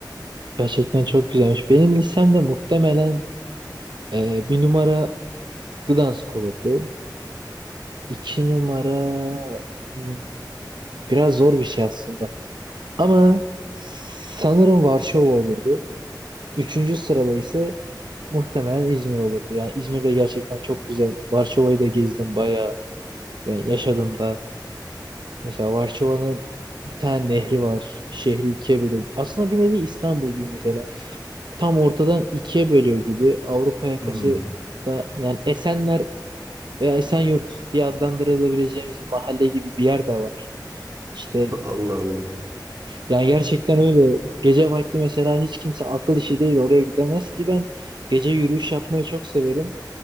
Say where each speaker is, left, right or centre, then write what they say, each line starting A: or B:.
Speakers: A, on the right (about 75°); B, on the right (about 45°).
A: gerçekten çok güzelmiş. Benim listemde muhtemelen e, bir numara Gdansk olurdu. İki numara hmm, biraz zor bir şey aslında. Ama sanırım Varşova olurdu. Üçüncü sırada ise muhtemelen İzmir olurdu. Yani İzmir'de gerçekten çok güzel. Varşova'yı da gezdim bayağı. Yani yaşadım da. Mesela Varşova'nın bir tane nehri var. Şehri ikiye bölüyor. Aslında bir nevi İstanbul gibi mesela. Tam ortadan ikiye bölüyor gibi. Avrupa yakası
B: Hmm. <laughs>
A: da yani Esenler Veya Esenyurt diye adlandırılabileceğimiz bir mahalle gibi bir yer de var. İşte
B: Allah Allah.
A: yani gerçekten öyle. Gece vakti mesela hiç kimse akıl işi değil oraya gidemez ki ben gece yürüyüş yapmayı çok severim.